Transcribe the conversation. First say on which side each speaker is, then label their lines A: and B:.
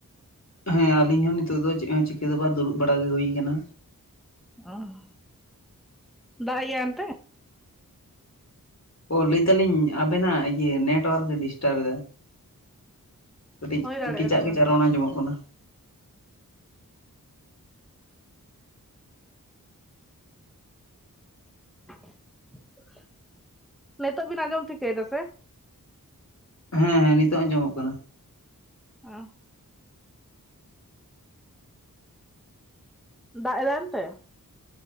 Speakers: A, on the left (about 50°); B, in the centre.
A: ᱦᱮᱸ ᱟᱞᱤᱧ ᱦᱚᱸ ᱱᱤᱛᱚᱜ ᱫᱚ ᱪᱮᱫ ᱦᱚᱸ ᱪᱤᱠᱟᱹ ᱫᱚ ᱵᱟ ᱫᱩᱲᱩᱵ ᱵᱟᱲᱟ ᱜᱮ ᱦᱩᱭ ᱠᱟᱱᱟ᱾
B: ᱚᱦ <inaudible> ᱫᱟᱜ ᱮᱫ ᱜᱮᱭᱟᱭ ᱚᱱᱛᱮ?
A: ᱚ ᱞᱟᱹᱭᱫᱟᱞᱤᱧ ᱟᱵᱮᱱᱟᱜ ᱤᱭᱟᱹ ᱱᱮᱴᱚᱣᱟᱨᱠ ᱮ ᱰᱤᱥᱴᱟᱵᱽ ᱮᱫᱟ᱾ ᱠᱟᱹᱴᱤᱡ
B: ᱦᱩᱭ ᱫᱟᱲᱮᱭᱟᱜᱼᱟ
A: ᱠᱮᱪᱟᱜ
B: ᱯᱟᱞᱮᱱ
A: ᱠᱮᱪᱟᱜ ᱨᱚᱲ ᱟᱸᱡᱚᱢᱚᱜ ᱠᱟᱱᱟ
B: <unintelligible> ᱱᱤᱛᱳᱜ ᱵᱤᱱ ᱟᱸᱡᱚᱢ ᱴᱷᱤᱠᱟᱹᱭ ᱫᱟ ᱥᱮ
A: ᱦᱮᱸ ᱦᱮᱸ ᱱᱤᱛᱚᱜ ᱟᱸᱡᱚᱢᱚᱜ ᱠᱟᱱᱟ᱾
B: ᱚ ᱫᱟᱜ ᱮᱫᱟᱭ ᱚᱱᱛᱮ?